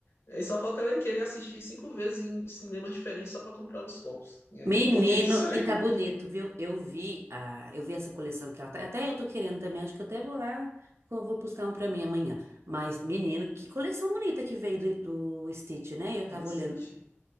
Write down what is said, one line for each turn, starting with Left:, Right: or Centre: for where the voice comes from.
Left: Aí só falta ela querer assistir cinco vezes em cinemas diferentes só pra comprar os copos. E aí
Right: menino,
Left: eu tô vendo <laughs> isso aí
Right: e tá bonito, viu? Eu vi a, eu vi essa coleção que ela tá, até eu tô querendo também, acho que eu até vou lá, eu vou buscar um pra mim amanhã. Mas, menino, que coleção bonita que veio do, do Stitch, né? Eu tava
Left: do Street.
Right: olhando,